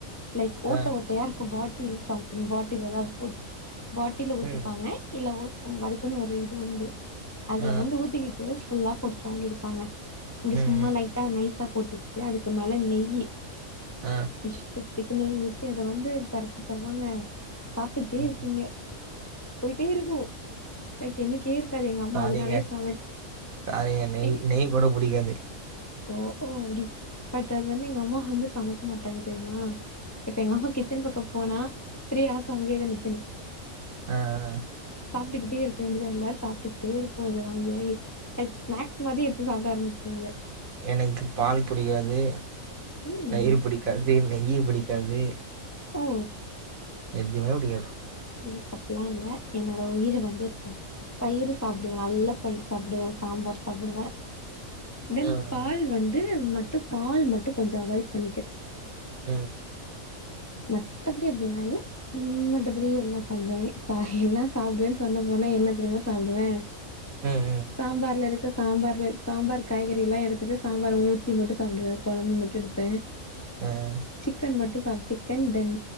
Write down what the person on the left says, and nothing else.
லைக்
ஓட்ட ஓட்டையா இருக்கு பாட்டில் சம்திங் பாட்டில் அதாது போட் பாட்டில
ஊத்திப்பாங்க இல்ல ஒ அதுக்குன்னு ஒரு இது உண்டு அதுல
வந்து ஊத்திக்கிட்டு ஃபுல்லா போட்டு ரவுண்டடிப்பாங்க இங்க
சும்மா லைட்டா நைஸா போட்டுக்கிட்டு அதுக்கு மேல நெய்யி
இஷ்டத்துக்கு நெய் ஊத்தி அத வந்து பெரட்டி தருவாங்க சாப்ட்டுட்டே
இருப்பீங்க போயிட்டே இருக்கு லைக் எண்ணிக்கேயே இருக் காது எங்க அம்மா
அதனாலேயே சமைக்கு
எங்
ஓ ஓ அப்டி பட் அது வந்து எங்க அம்மா வந்து சமைக்க மாட்டாங்க தெரியுமா இப்ப எங்க அம்மா கிச்சன் பக்க போனா த்ரீ அவர்ஸ் அங்கேயேதா நிக்கணும்
சாப்ட்டுக்கிட்டே இருக்க வேண்டியத எல்லாரு சாப்ட்டுக்கிட்டே இருப்போ இத வாங்கி வாங்கி லைக் ஸ்நாக்ஸ் மாரி எடுத்து சாப்ட ஆம்பிச்சுருவ அத
ம்
ஓ
எனக்கு அப்பில்லா இல்ல என்னோட உயிர் வந்து இப்ப தயிர் சாப்டுவே நல்லா தயிர் சாப்டுவே சாம்பார் சாப்டுவே தென்
பால் வந்து மட்டு பால் மட்டு கொஞ்ச அவாய்ட் பண்ணிக்க
மத்தபடி அப்டில்லா இல்ல மத்தபடி எல்லா சாப்டுவாங்க சா எல்லா சாப்டுவேன்னு சொன்ன போனா என்ன தெரியுமா சாப்டுவே
சாம்பார்ல இருக் ட்டு சாம்பார்ல சாம்பார் காய்கறி எல்லா எடுத்துட்டு சாம்பார் ஊத்தி மட்டு சா சாப்டுவே குழம்பு மட்டு எடுப்பே
சிக்கன் மட்டு சாப்பிச் சிக்கன் தென்